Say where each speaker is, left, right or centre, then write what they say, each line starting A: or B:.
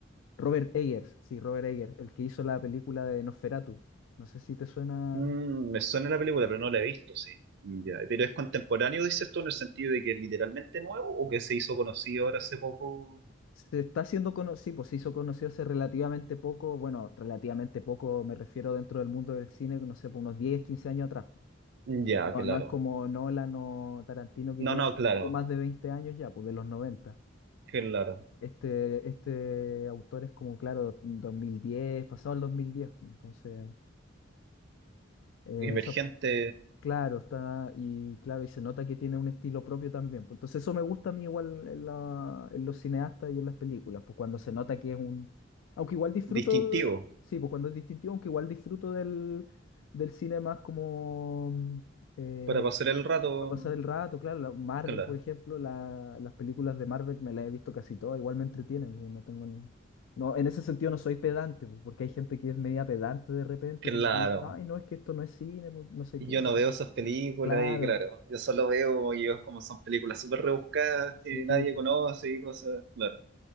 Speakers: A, on the left; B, on the right.
A: Robert Eggers, sí, Robert Eggers, el que hizo la película de Nosferatu. No sé si te suena.
B: Mm, me suena la película, pero no la he visto, sí. Ya, pero es contemporáneo, dices tú, en el sentido de que es literalmente nuevo o que se hizo conocido ahora hace poco.
A: Se está haciendo conocido, pues se hizo conocido hace relativamente poco, bueno, relativamente poco me refiero dentro del mundo del cine, no sé, por unos diez 15 años atrás.
B: Ya,
A: No,
B: claro.
A: no es como Nolan o Tarantino que lleva
B: No, no, claro,
A: poco más de 20 años ya, pues de los noventa
B: claro.
A: Este, este autor es como, claro, dos mil diez pasado el dos mil diez pues, entonces, eh,
B: Emergente,
A: eso Claro, está, y claro, y se nota que tiene un estilo propio también. pues, Entonces eso me gusta a mí igual en la- en los cineastas y en las películas, pues cuando se nota que es un... Aunque igual disfruto,
B: distintivo,
A: sí, pues cuando es distintivo, aunque igual disfruto del, del cine más como mm, eh,
B: para pasar el rato,
A: para pasar el rato, claro, la- Marvel,
B: claro,
A: por ejemplo, la- las películas de Marvel me las he visto casi todas, igual me entretienen, yo no tengo ni- No, en ese sentido no soy pedante, pues, porque hay gente que es media pedante de repente,
B: claro.
A: como que dice, ay, no, es que esto no es cine, pues, no sé
B: Y
A: qué,
B: yo
A: pero...
B: no veo esas películas
A: Claro,
B: y claro, yo solo veo ellos como son películas súper rebuscadas
A: sí,
B: que nadie conoce y cosas, claro.